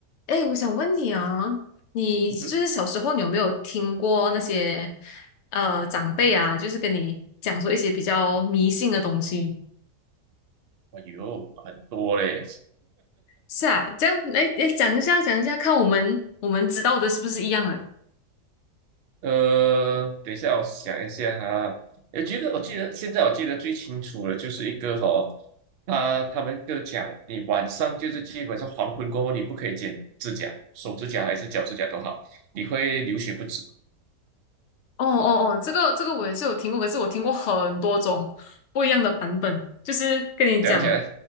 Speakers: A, on the left; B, on the right.
A: 哎，我想问你啊，你就是小时候你有没有听过那些
B: 嗯哼，
A: 呃长辈啊，就是跟你讲说一些比较迷信的东西？
B: 哎呦，很多嘞。
A: 是啊，这样，哎哎，讲一下，讲一下，看我们我们知道的是不是一样的？
B: 呃，等一下，我想一下哈。我觉得，我记得现在我记得最清楚的就是一个哈、他他们就讲，你晚上就是基本上黄昏过后，你不可以剪指甲，手指甲还是脚指甲都好，你会流血不止。
A: 哦哦哦，这个这个我也是有听过，可是我听过很多种不一样的版本。就是跟你讲，
B: 讲起来